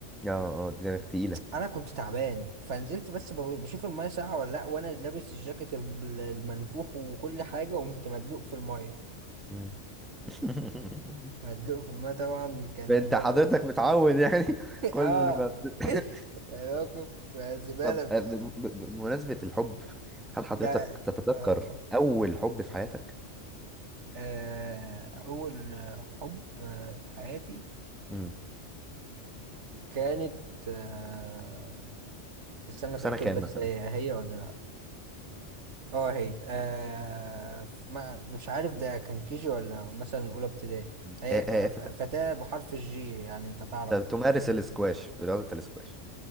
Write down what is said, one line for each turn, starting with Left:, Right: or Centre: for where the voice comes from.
Centre: اه اه دماغ تقيلة
Right: انا كنت تعبان فنزلت بس ب- بشوف المية ساقعة ولا لا وانا لابس الجاكيت ال- المنفوخ وكل حاجة قمت مدلوق في المية
Centre: مم. <laughs>
Right: مدلوق في المية طبعا كان
Centre: انت
Right: موقف
Centre: حضرتك متعود يعني
Right: <laughs>
Centre: <laughs> كل
Right: اه
Centre: ما بت- <laughs>
Right: يعني موقف زبالة
Centre: طب
Right: بصراحة
Centre: آه، ب- ب- ب- بمناسبة الحب هل حضرتك
Right: ده
Centre: تتذكر
Right: اه اتفضل
Centre: أول حب في حياتك؟
Right: آه، أول حب آه، في حياتي
Centre: مم.
Right: كانت آه، استنى أتأكد
Centre: في سنة كام
Right: بس
Centre: مثلا؟
Right: هي هي ولا لأ اه هي آه، ف- ما مش عارف ده كان كيجي ولا مثلا أولى ابتدائي
Centre: مم.
Right: هي
Centre: آه،
Right: ك-
Centre: آه،
Right: ف- فتاة بحرف الجي يعني أنت تعرف
Centre: تمارس الاسكواش رياضة الاسكواش